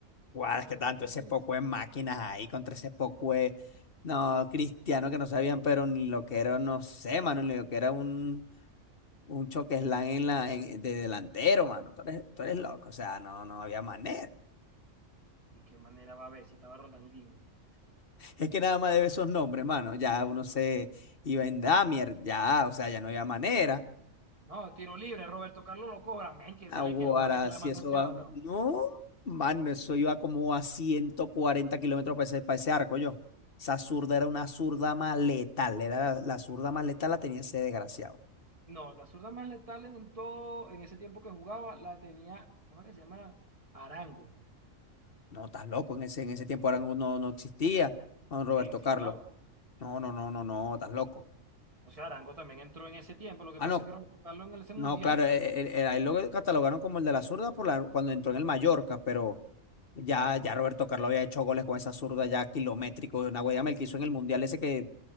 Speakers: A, on the left (about 45°); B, on the right (about 25°).
A: guau,
B: para
A: es que
B: que
A: tanto
B: sean felices.
A: ese poco de máquinas ahí contra ese poco de, no, cristianos que no sabían, pero ni lo que era, no sé, mano, ni lo que era un, un choque slam en la, en- de delantero, mano. Tú eres, tú eres loco, o sea, no, no había manera.
B: ¿Y qué manera va a haber si estaba Ronaldinho?
A: Es que nada más debe esos nombres, mano. Ya uno se iba en Damier, ya, o sea, ya no había manera.
B: No, tiro libre, Roberto Carlos lo cobra. Men, que
A: Ahora,
B: se le que le va a meter la
A: si
B: mano
A: eso
B: a ese
A: va.
B: balón.
A: No, mano, eso iba como a 140 kilómetros para ese, para ese arco yo. Esa
B: No,
A: zurda
B: por
A: era
B: eso.
A: una zurda más letal. Era la, la zurda más letal la tenía ese desgraciado.
B: No, la zurda más letal en, todo, en ese tiempo que jugaba, la tenía, ¿cómo es que se llama? Arango.
A: No, estás loco. En ese, en ese tiempo ahora no, no no existía don
B: Men,
A: Roberto
B: sí
A: Carlos.
B: estaba.
A: No, no, no, no, no, estás loco.
B: O sea, Arango también entró en ese tiempo. Lo que
A: Ah,
B: pasa
A: no,
B: es que Roberto Carlos en ese
A: no,
B: mundial,
A: claro, él, él- él- a él lo catalogaron como el de la zurda por la, cuando entró en el Mallorca, pero Ya, ya Roberto Carlos había hecho goles con esa zurda ya kilométrico de una Yamel que hizo en el Mundial ese que